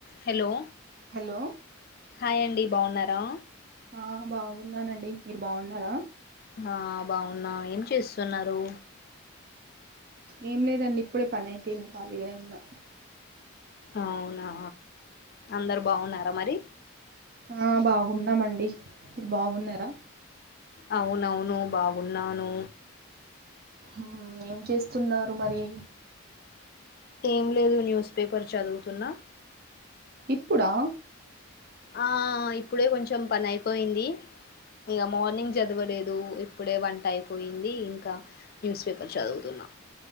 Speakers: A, on the left; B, on the right.
A: Hello
B: hello
A: hi అండి బాగున్నా రా
B: ఆ బాగున్నానండి మీరు బావున్నారా
A: ఆ బాగున్నా ఏం చేస్తున్నారు
B: ఏం లేదండి ఇప్పుడే పనైపోయింది ఖాళీగానే ఉన్నా
A: అవునా అందరు బాగున్నారా మరి
B: ఆ బాగున్నామండి మీరు బాగున్నారా
A: అవునవును బాగున్నాను
B: ఆ ఏం చేస్తున్నారు మరి
A: ఏం లేదు న్యూస్ పేపర్ చదువుతున్న
B: ఇప్పుడా
A: ఆ ఇప్పుడే కొంచెం పనైపోయింది ఇగ మార్నింగ్ చదవలేదు ఇప్పుడే వంట అయిపోయింది ఇంకా న్యూస్ పేపర్ చదువుతున్నా